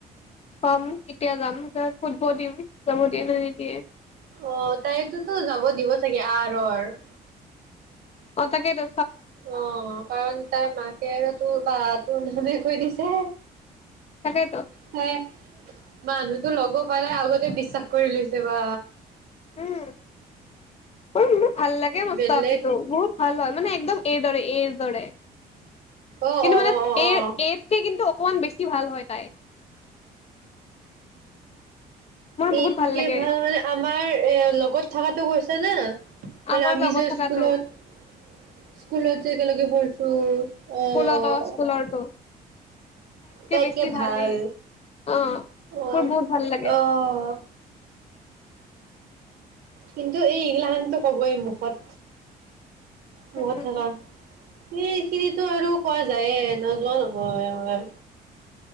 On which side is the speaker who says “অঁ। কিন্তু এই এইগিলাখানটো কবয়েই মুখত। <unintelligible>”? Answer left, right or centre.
Right